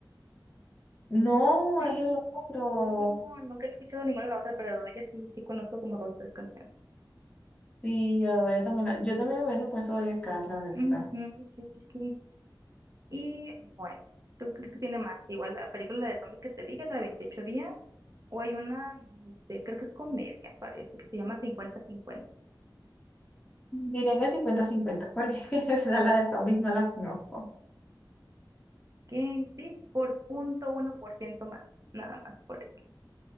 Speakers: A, on the left; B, on the right.
A: No,
B: <clears throat>
A: es el otro.
B: ¿Cómo? Nunca la he escuchado ninguna de la otra, pero ya sí, sí conozco como dos, tres canciones.
A: Sí, yo, Doja también, la- yo también hubiese puesto Doja Cat, la verdad.
B: Ujú, Sí, sí, sí. Y bueno, ¿tú crees que tiene más? Igual la película de zombies que te dije, la de 28 días, o hay una, este, creo que es comedia, parece, que se llama cincuenta cincuenta
A: Diría que 50-50, porque <laughs> es que de verdad la de zombies no la conozco.
B: que sí, por punto uno por ciento más, nada más por eso.